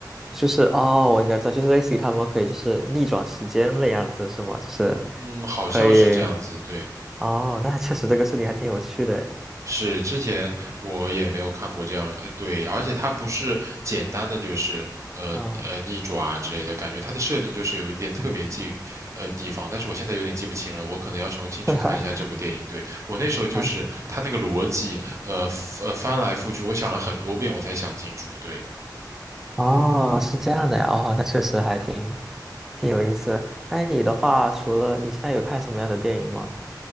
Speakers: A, in the centre; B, on the right (about 45°).
A: 就是哦，我应该知道，就是类似于他们可以就是逆转时间那样子是吗？就是
B: 嗯，好像是这样子，
A: 可以
B: 对。
A: 哦，那确实这个事情还挺有趣的诶，
B: 是，之前我也没有看过这样，呃，对，而且它不是简单的就是呃呃逆转啊之类的，
A: 嗯，
B: 感觉它的设定就是有一点特别记，呃地方，但是我现在有点记不清了，我可能要重新去看一下这部电影。
A: <laughs>
B: 对，我那时候就是它那个逻辑，
A: 啊
B: 呃呃翻来覆去，我想了很多遍我才想清楚。对。
A: 哦，是这样的呀，哦，那确实还挺挺有意思。那你的话，除了你现在有看什么样的电影吗？